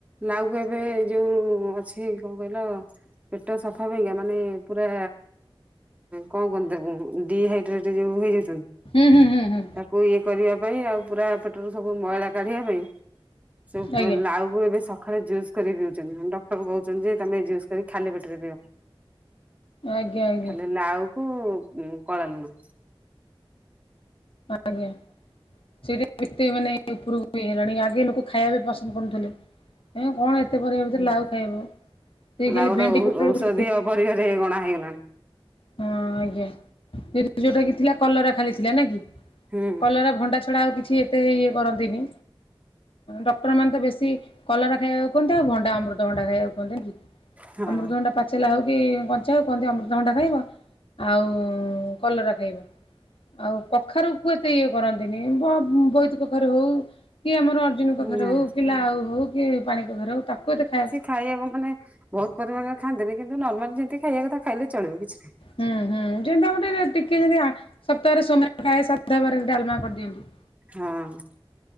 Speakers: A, on the right; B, on the left.
A: ଲାଉକୁ ଏବେ ଯୋଉ ଅଛି କଣ କହିଲ ପେଟ ସଫା ପାଇଁକା ମାନେ ପୁରା କଣ କୁହନ୍ତି ତାକୁ ଡିହାଇ ଡ୍ରେଟ୍ ଯୋଉ ହେଇଯାଉଛନ୍ତି
B: ହୁଁ ହୁଁ ହୁଁ ହୁଁ
A: ତାକୁ ଇଏ କରିବା ପାଇଁ ଆଉ ପୁରା ପେଟରୁ ସବୁ ମଇଳା କାଢିବା ପାଇଁ ସବୁ
B: ଆଜ୍ଞା।
A: ଲାଉ ଲାଉକୁ ଏବେ ସକାଳେ ଜୁସ୍ କରିକି ପିଉଛନ୍ତି। ଡକ୍ଟର କହୁଛନ୍ତି ଯେ ତମେ ଜୁସ୍ କରିକି ଖାଲି ପେଟରେ ପିଅ।
B: ଆଜ୍ଞା ଆଜ୍ଞା
A: ଖାଲି ଲାଉକୁ କଳା ଲୁଣ।
B: ଆଜ୍ଞା, <unintelligible> ହେଇଗଲାଣି। ଆଗେ ଲୋକ ଖାଇବା ବି ପସନ୍ଦ କରୁନଥିଲେ ଏଁ କଣ ଏତେ ପରିବା ଭିତରେ ଲାଉ ଖାଇବ। ସେଇ
A: ଲାଉଟା
B: ଖାଲି ଭେଣ୍ଡି
A: ବୋହୁତ
B: ପୋଟଳ
A: ଔଷଧିୀୟ ପରିବାରେ ଗଣା ହେଇଗଲାଣି।
B: ହଁ, ଆଜ୍ଞା। ଯୋଉଟା କି ଥିଲା କଲରା ଖାଲି ଥିଲା ନାଇଁ କି?
A: ହୁଁ
B: କଲରା, ଭଣ୍ଡା ଛଡା ଆଉ କିଛି ଏତେ ଇଏ କରନ୍ତିନି। ଡକ୍ଟର ମାନେ ତ ବେଶୀ କଲରା ଖାଇବାକୁ କୁହନ୍ତି ଆଉ ଭଣ୍ଡା ଅମୃତ ଭଣ୍ଡା ଖାଇବାକୁ କୁହନ୍ତି ନା।
A: ହଁ।
B: ଅମୃତଭଣ୍ଡା ପାଚେଲା ହେଉ କି କଞ୍ଚାହେଉ କହନ୍ତି ଅମୃତଭଣ୍ଡା ଖାଇବ। ଆଉ କଲରା ଖାଇବ। ଆଉ କଖାରୁ କୁ ଏତେ ଇଏ କରନ୍ତିନି ବ ବୋଇତ କଖାରୁ ହଉ କି ଆମର ଅର୍ଜୁନ କଖାରୁ
A: ନା
B: ହଉ, କି ଲାଉ ହଉ, କି ପାଣି କଖାରୁ ହଉ ତାକୁ ଏତେ ଖାଇବା
A: ଖାଇବାକୁ ମାନେ ବହୁତ ପରିମାଣରେ ଖାଆନ୍ତିନି କିନ୍ତୁ ନର୍ମାଲ ଯେତିକି ଖାଇବା କଥା ଖାଇଲେ ଚଳିବ, କିଛି ନାହିଁ।
B: ହୁଁ ହୁଁ, ଯେମିତି ତାକୁ ଟିକେ ଟିକେ ଯଦି ସପ୍ତାହରେ <unintelligible> ଡାଲମା କରିଦିଅନ୍ତୁ।
A: ହଁ।